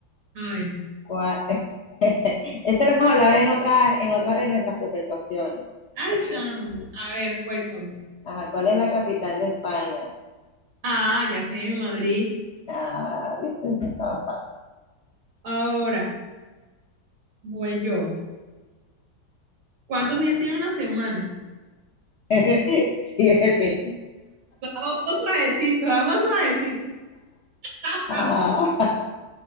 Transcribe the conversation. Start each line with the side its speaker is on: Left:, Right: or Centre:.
Right: A ver.
Left: ¿Cuál- <laughs> Eso lo hemos hablado en otra, en otra de nuestras conversaciones.
Right: Ay,
Left: <laughs>
Right: chamo. A ver, cuéntame.
Left: Ajá, ¿cuál es la capital de España?
Right: Ah, ya sé, Madrid.
Left: Ah, viste, no estaba fácil.
Right: Ahora voy yo. ¿Cuántos días tiene una semana?
Left: <laughs> Siete.
Right: Vamos suavecito, vamos suavecito. <laughs> Ah,
Left: Ah,